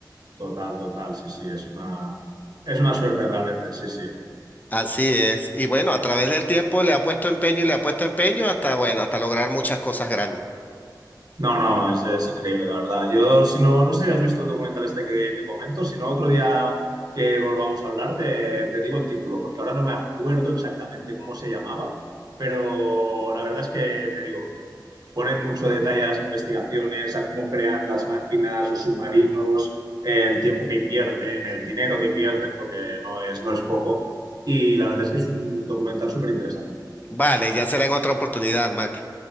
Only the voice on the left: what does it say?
Así es. Y bueno, a través del tiempo le ha puesto empeño y le ha puesto empeño hasta, bueno, hasta lograr muchas cosas grandes.
Vale, ya será en otra oportunidad, Mac.